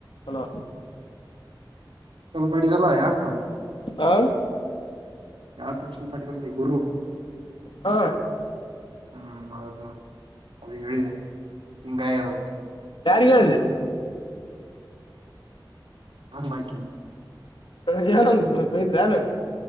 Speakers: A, on the left (about 80°); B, on the right (about 85°).
A: Hello
B: call ಮಾಡಿದಲ್ಲ ಯಪ.
A: ಹಾ
B: ಯಾರ್ ಕನ್ಸಲ್ ಮಾಡಿದ ನೀ ಗುರು
A: ಹಾ
B: ಹ್ಮ್ ಮಾಡದು ಅದು ಹೇಳಿದೆ ಹಂಗಾಯದಂತ
A: ಯಾರಿಗೆ
B: ಹ ಬಾಕಿ
A: ಹ ಏನ ಬೈದ್ರಾನ